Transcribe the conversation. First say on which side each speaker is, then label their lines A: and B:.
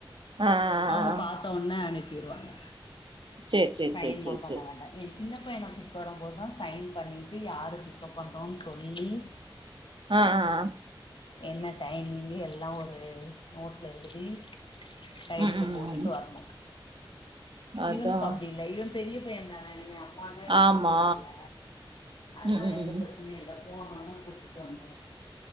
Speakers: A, on the right; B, on the left.
A: ஆ,
B: அவ்ங்க
A: ஆ, ஆ.
B: பாத்த ஒட்னே அனுப்பிருவாங்க
A: சேரி சேரி
B: சைன்லா
A: சேரி சேரி
B: பண்ண
A: சேரி
B: வேண்டா எ சின்ன பையன கூப்ட்டு வரம் போது தா சைன் பண்ணிட்டு யாருக்கு இப்ப பண்றோன்னு சொல்லி
A: ஆ ஆ ஆ
B: என்ன டைமிங்கு எல்லா ஒரு நோட்டல எழுதி கையெழுத்து
A: ம் ம் ம்
B: போட்டுட்டு
A: ம்
B: வர்ணூ
A: அதா
B: இவனுக்கு அப்டி இல்ல இவன் பெரிய பையந் தானே என்னய அம்மான்தா எனக்கு
A: ஆமா
B: சொல்லுவால்ல
A: ம்
B: அதனால
A: ம்
B: எந்த
A: ம்
B: பிரச்சனையு இல்ல போனோன தா கூப்டுட்டு வந்துற்லா